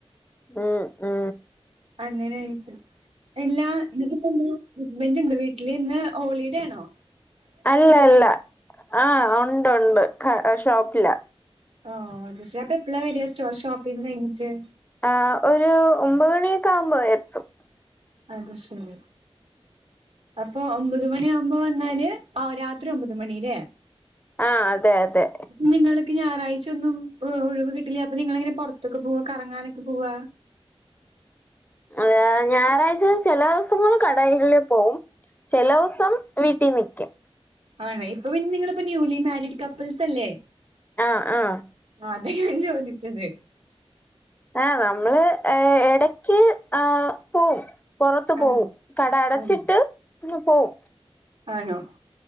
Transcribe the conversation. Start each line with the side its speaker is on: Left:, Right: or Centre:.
Left: ഉം ഉം
Right: അങ്ങനെയിട്ട് എല്ലാ ന്ന്ട്ട്പ്പൊ എന്തെ ഹസ്ബൻഡ്ൺണ്ടൊ വീട്ട്ല് ഇന്ന് ഹോളിടെണോ
Left: അല്ല അല്ല ആഹ് ഉണ്ട് ഉണ്ട് ക ഷോപ്പില
Right: ആഹ് അത് ശരി അപ്പ എപ്പോളാ വരിക സ്റ്റോ ഷോപ്പിൽന്ന് കഴിഞ്ഞിട്ട്
Left: ആഹ് ഒരു ഒമ്പത് മണീകാവുമ്പോ എത്തും
Right: അത് ശരി അപ്പൊ ഒമ്പത് മണിയ ആകുമ്പോ വന്നാല് ആഹ് രാത്രി ഒമ്പത് മണില്ലേ
Left: ആഹ് അതെ അതെ
Right: നിങ്ങൾക്ക് ഞാറാഴ്ച ഒന്നും ഒഴിവ് കിട്ടില്ല അപ്പൊ നിങ്ങളെഎങ്ങനെ പൊറത്തൊക്കെ പോവാ കറങ്ങാനൊക്കെ പോവാ
Left: ആ ഞായറാഴ്ച ചേലോസങ്ങൾ കടയി ൽ പോവും ചേലോസം വീട്ടി നിക്കും
Right: ആണ്ലെ ഇപ്പൊ പിന്നെ നിങ്ങള്പ്പ ന്യൂലി മാരീഡ് കപ്പ്ൾസ് അല്ലേ
Left: ആഹ് ആഹ്
Right: അതെ ഞാൻ ചോദിച്ചത്
Left: ആഹ് നമ്മള് ഏ എടക്ക് ആഹ് പോവും പൊറത്ത്
Right: ആണോ
Left: പോവും കട അടച്ചിട്ട്
Right: ആണോ
Left: പോവും
Right: ആണോ